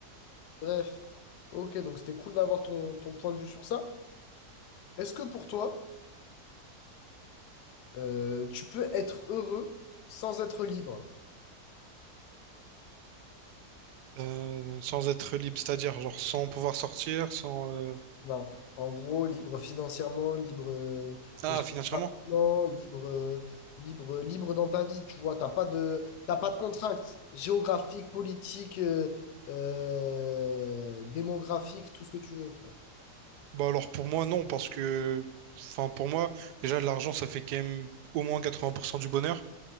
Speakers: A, on the left (about 80°); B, on the right (about 85°).
A: Bref. Ok, donc c'était cool d'avoir ton, ton point de vue sur ça. Est-ce que pour toi, euh, tu peux être heureux sans être libre?
B: euh, sans être libre, c'est-à-dire genre sans pouvoir sortir, sans. euh,
A: Non, en gros, libre financièrement, libre euh,
B: Ah,
A: géographiquement,
B: financièrement?
A: libre, euh, libre, libre dans ta vie, tu vois, t'as pas de, t'as pas de contraintes géographiques, politiques, euh, euh, démographiques, tout ce que tu veux, frère.
B: Bah alors pour moi, non, parce que, enfin pour moi, déjà l'argent, ça fait quand même au moins 80% du bonheur.